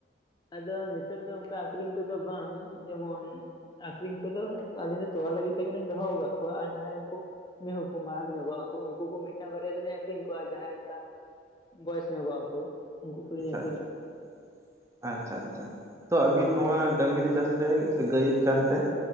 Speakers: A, on the left; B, on the right.
A: ᱟᱫᱚ ᱱᱤᱛᱚᱜ ᱫᱚ ᱚᱱᱠᱟ ᱟᱠᱷᱨᱤᱧ ᱠᱚᱫᱚ ᱵᱟᱝ ᱡᱮᱢᱚᱱ ᱟᱹᱠᱷᱨᱤᱧ ᱠᱚᱫᱚ ᱟᱹᱞᱤᱧ ᱫᱚ ᱛᱚᱣᱟ ᱞᱟᱹᱜᱤᱫ ᱛᱮᱜᱮ ᱞᱤᱧ ᱫᱚᱦᱚ ᱟᱠᱟᱫ ᱠᱚᱣᱟ ᱟᱨ ᱡᱟᱦᱟᱸᱭ ᱩᱱᱠᱩ ᱢᱤᱦᱩᱠᱚ ᱢᱟᱨᱟᱝ ᱧᱚᱜᱚᱜ ᱟᱠᱚ ᱩᱱᱠᱩ ᱠᱚ ᱢᱤᱫᱴᱟᱝ ᱵᱟᱨᱭᱟ ᱛᱮᱤᱧ ᱟᱹᱠᱷᱨᱤᱧ ᱠᱚᱣᱟ ᱾ ᱡᱟᱦᱟᱸᱭ ᱚᱱᱠᱟ ᱵᱚᱭᱮᱥ ᱧᱚᱜᱚᱜ ᱟᱠᱚ ᱩᱱᱠᱩ ᱠᱚᱞᱤ ᱧᱮᱞ
B: ᱟᱪᱷᱟ-ᱟᱪᱷᱟ ᱛᱚ ᱟᱵᱤᱱ
A: ᱦᱮᱸ
B: ᱱᱚᱣᱟ ᱰᱟᱝᱨᱤ ᱪᱟᱥ ᱨᱮ ᱥᱮ ᱜᱟᱹᱭ ᱪᱟᱥ ᱨᱮ